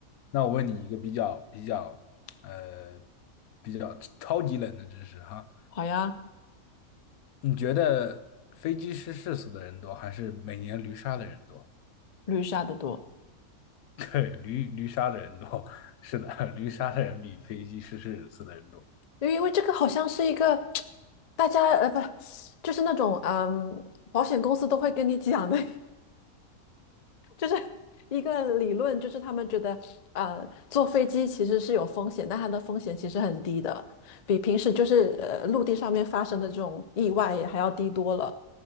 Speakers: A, on the left; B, on the left.
A: 那我问你一个比较比较，呃，比较超级冷的知识哈，
B: 好呀，
A: 你觉得飞机失事死的人多，还是每年驴杀的人多？
B: 绿沙的多。
A: <laughs> 对，驴驴杀的人多，是的，驴杀的人比飞机失事死的人多。
B: 对因为这个好像是一个大家呃不，就是那种嗯，保险公司都会跟你讲的，<laughs> 就是一个理论，就是他们觉得呃坐飞机其实是有风险，但它的风险其实很低的，比平时就是呃陆地上面发生的这种意外还要低多了，